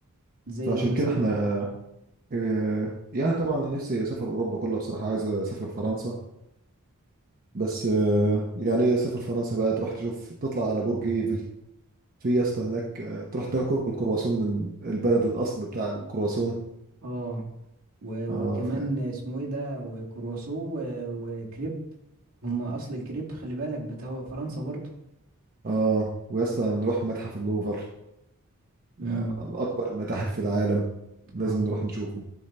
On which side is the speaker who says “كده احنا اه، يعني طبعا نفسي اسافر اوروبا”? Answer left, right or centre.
Right